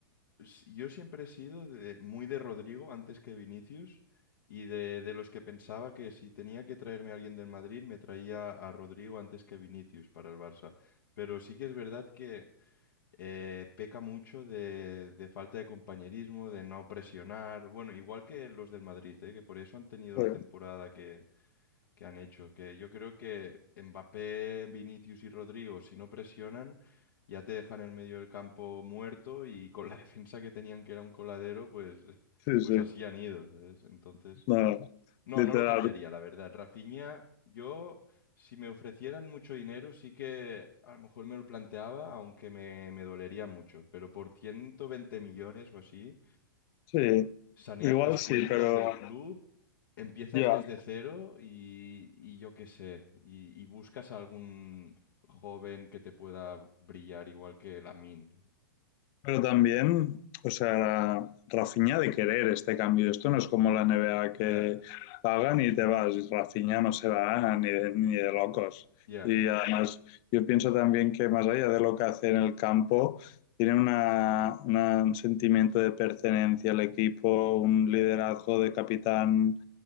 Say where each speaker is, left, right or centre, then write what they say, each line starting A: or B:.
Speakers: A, on the left; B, on the left.
A: s- yo siempre he sido de- muy de Rodrigo antes que Vinicius y de, de los que pensaba que si tenía que traerme a alguien del Madrid, me traía a Rodrigo antes que Vinicius para el Barça. Pero sí que es verdad que eh, peca mucho de, de falta de compañerismo, de no presionar. Bueno, igual que los del Madrid, eh, que por eso han tenido
B: Bueno,
A: la temporada que han hecho. Que yo creo que Mbappé, Vinicius y Rodrigo, si no presionan, ya te dejan en medio del campo muerto y con la <laughs> defensa que tenían que era un coladero, pues,
B: Sí,
A: pues
B: sí,
A: así han ido, ¿sabes? Entonces,
B: no,
A: no,
B: literal.
A: no lo cambiaría, la verdad. Rafinha, yo, si me ofrecieran mucho dinero, sí que a lo mejor me lo planteaba, aunque me, me dolería mucho, pero por 120 millones o así
B: Sí,
A: saneas
B: igual
A: las cuentas
B: sí, pero
A: del club, empiezas
B: ya,
A: desde cero y, y yo qué sé, y, y buscas a algún joven que te pueda brillar igual que Lamine.
B: Pero también, o sea, Rafinha ha de querer este cambio. Esto no es como la NBA que
A: Ya,
B: pagan y te vas. Rafinha no se va ni de, ni de locos.
A: ya,
B: Y además, yo pienso también que más allá de lo que hace en el campo, tiene una, una- un sentimiento de pertenencia al equipo, un liderazgo de capitán.